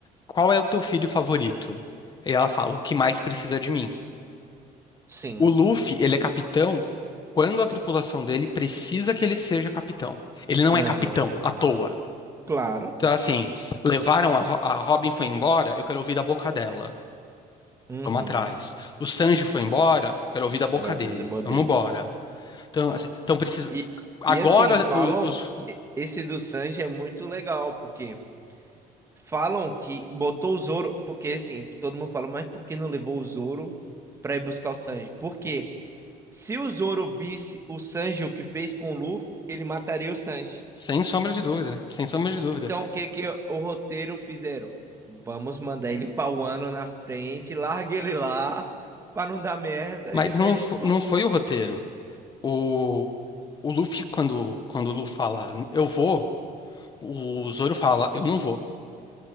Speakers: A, on the left (about 30°); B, on the right (about 20°).
A: qual é o teu filho favorito? E ela fala, o que mais precisa de mim?
B: Sim.
A: O Luffy, ele é capitão quando a tripulação dele precisa que ele seja capitão. Ele não
B: Aham.
A: é capitão à toa.
B: Claro.
A: Então, assim, levaram a, Ro- a Robin foi embora, eu quero ouvir da boca dela.
B: Uhum.
A: Vamos atrás. O Sanji foi embora, quero ouvir da boca
B: Quero
A: dele.
B: ver, da boa
A: Vamos
B: dele.
A: embora. Então, assim, então precisa.
B: E,
A: Agora,
B: e assim, falam.
A: os, os-
B: e- Esse do Sanji é muito legal, porque falam que botou o Zoro. Porque assim, todo mundo fala, mas por que não levou o Zoro pra ir buscar o Sanji? Porque se o Zoro visse o Sanji o que fez com o Luffy, ele mataria o Sanji.
A: sem sombra de dúvida, sem sombra de dúvida.
B: Então, o que que o roteiro fizeram? Vamos mandar ele pra um ano na frente, <laughs> larga ele lá, pra não dar merda,
A: Mas
B: e depois
A: não,
B: a
A: fo-
B: gente volta.
A: não foi o roteiro. O O Luffy, quando, quando o Luffy fala, eu vou, o Zoro fala, eu não vou.